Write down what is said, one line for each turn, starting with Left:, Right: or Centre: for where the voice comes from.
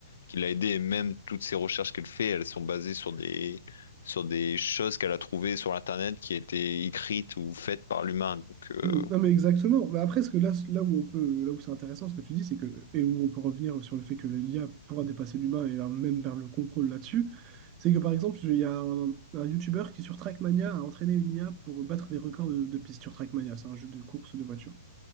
Left: qui l'a aidé. Et même toutes ces recherches qu'elle fait, elles sont basées sur des, sur des choses qu'elle a trouvées sur Internet qui étaient écrites ou faites par l'humain. Donc,
Right: <clears throat>
Left: euh,
Right: Non mais exactement. Mais après, ce que là, là où on peut, là où c'est intéressant, ce que tu dis, c'est que et où on peut revenir sur le fait que l'IA pourra dépasser l'humain et euh, même vers le contrôle là-dessus, c'est que par exemple, il y a un, un YouTuber qui sur Trackmania a entraîné une IA pour battre des records de, de pistes sur Trackmania, c'est un jeu de course de voiture.